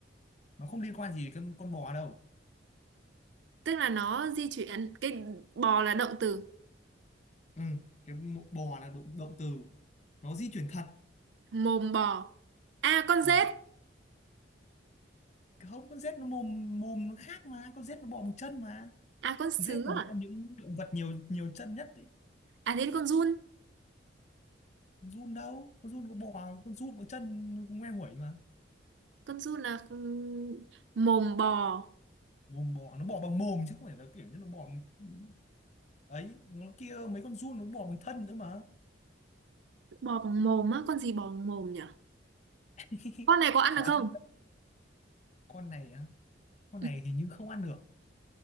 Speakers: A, on the left; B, on the right.
A: Nó không liên quan gì đến con con bò đâu.
B: Tức là nó di chuyển, cái bò là động từ,
A: ừ, cái mụ- bò là động, động từ nó di chuyển thật
B: mồm bò. À, con
A: ừ.
B: dết,
A: không con rết nó mồm mồm nó khác mà con rết nó bò bằng chân mà
B: à, con sứa
A: rết là một
B: à?
A: trong những động vật nhiều nhiều chân nhất ấy.
B: À thế con giun
A: giun đâu con giun có bò con giun có chân nó cũng ngoe nguẩy mà
B: Con giun là ừm, mồm bò
A: mồm bò nó bò bằng mồm chứ không phải là kiểu như nó bò bằng ừ, ấy nó kia mấy con giun nó bò bằng thân nữa mà
B: Bò bằng mồm á Con gì bò bằng mồm nhỉ
A: <laughs>
B: Con này có ăn
A: khó
B: được không
A: chứ con này á con
B: Ừ,
A: này hình như không ăn được